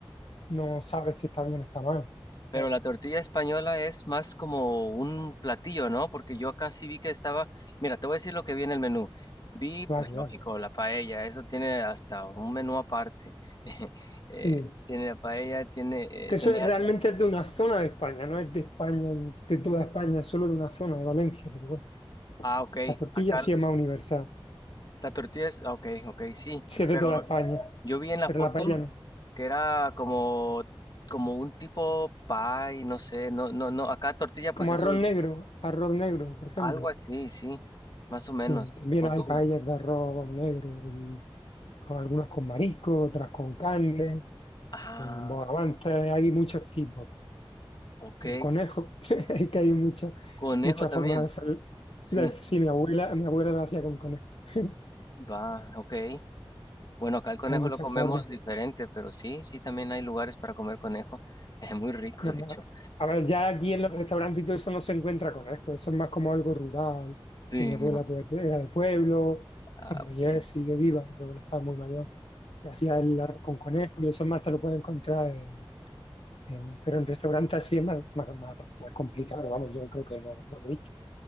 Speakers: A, on the left; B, on the left.
A: no sabes si está bien o está mal.
B: Pero
A: Claro,
B: la tortilla española es más como un platillo, ¿no? Porque yo acá sí vi que estaba, mira, te voy a decir lo que vi en el menú. Vi, pues
A: claro,
B: lógico,
A: claro.
B: la paella, eso tiene hasta un menú aparte. <laughs> Eh,
A: Sí.
B: tiene la paella, tiene, eh,
A: Que
B: tenía,
A: eso es, realmente es de una zona de España, no es de España, en- de toda España, es solo de una zona, de Valencia, pero bueno,
B: ah, ok,
A: la tortilla
B: acá
A: sí es más universal,
B: la tortilla es, ah, ok, ok, sí,
A: sí es de
B: pero
A: toda España,
B: Yo vi en la
A: pero
B: foto
A: la paella no.
B: que era como, como un tipo pie, no sé, no, no, no, acá tortilla pues
A: Como
B: es
A: arroz
B: un,
A: negro, arroz negro, por ejemplo.
B: algo así, sí, más o menos.
A: Sí, también
B: O
A: hay
B: tú,
A: paellas de arroz negro, y con- algunas con marisco, otras con carne,
B: ah,
A: mm, bogavantes, hay muchos tipos,
B: ok,
A: con conejo, <laughs> es que hay muchas
B: conejo
A: muchas
B: también,
A: formas de hacer.
B: sí,
A: de- Sí, mi abuela, mi abuela lo hacía con conejo, <laughs>
B: va, ok. Bueno, acá el conejo
A: hay muchas
B: lo comemos
A: formas.
B: diferente, pero sí, sí, también hay lugares para comer conejo. <laughs> Es muy rico,
A: No,
B: de
A: no.
B: hecho.
A: A ver, ya aquí en los restaurantes y todo eso no se encuentra conejo, eso es más como algo rural,
B: Sí,
A: que mi abuela
B: mira.
A: pues era de pueblo,
B: Ah,
A: bueno,
B: ok.
A: y es, sigue viva, pero bueno, estaba muy mayor, y hacía el arroz con conejo, y eso más te lo puedes encontrar en, en- pero en restaurantes así es más, más, más- más complicado, vamos, yo creo que no, no lo he visto.